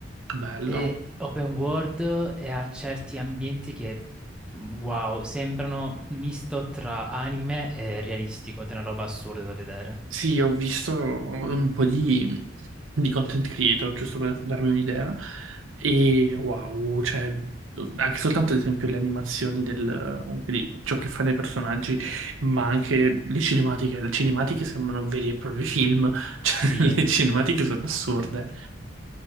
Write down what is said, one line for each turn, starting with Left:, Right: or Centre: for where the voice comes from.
Right: Bello.
Centre: è open world e ha certi ambienti che, wow, sembrano misto tra anime e realistico, ed è una roba assurda da vedere.
Right: Sì, ho visto un po' di, di content creator, giusto per darmi un'idea. E wow, cioè, anche soltanto ad esempio le animazioni del, comunque di ciò che fanno i personaggi, ma anche le cinematiche. Le cinematiche sembrano veri e propri film, <laughs> cioè
Centre: Sì,
Right: le cinematiche sono assurde.